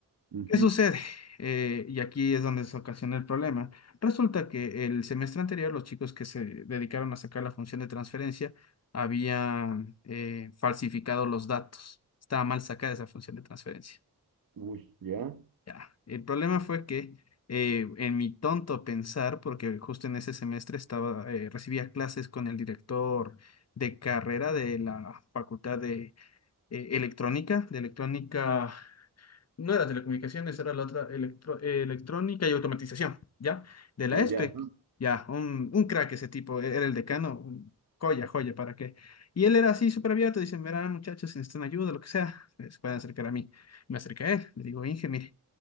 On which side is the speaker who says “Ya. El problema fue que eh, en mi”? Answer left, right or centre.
Left